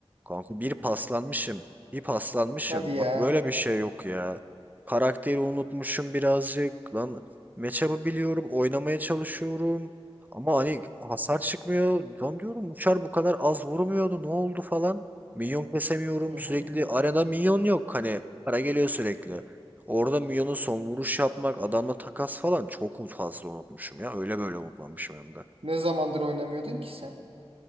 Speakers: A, on the right; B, on the right.
A: Kanka bir paslanmışım. Bir paslanmışım.
B: Hadi ya.
A: Bak böyle bir şey yok ya. Karakteri unutmuşum birazcık. Lan matchup'ı biliyorum. Oynamaya çalışıyorum. Ama hani hasar çıkmıyor. Lan diyorum uçar bu kadar az vurmuyordu. Ne oldu falan. Minyon kesemiyorum.
B: Hı hı.
A: Sürekli arada minyon yok. Hani para geliyor sürekli. Orada Mion'un son vuruş yapmak, adamla takas falan çok fazla unutmuşum ya. Öyle böyle unutmamışım hem de.
B: Ne zamandır oynamıyordun ki sen?